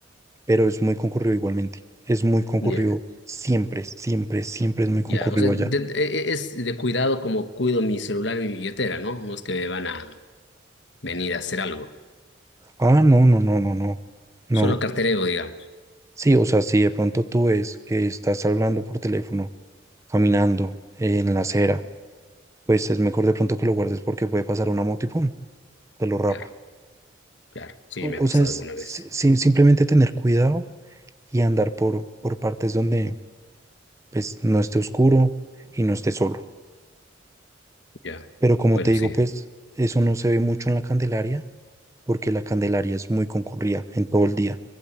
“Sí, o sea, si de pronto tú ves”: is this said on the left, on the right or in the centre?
Right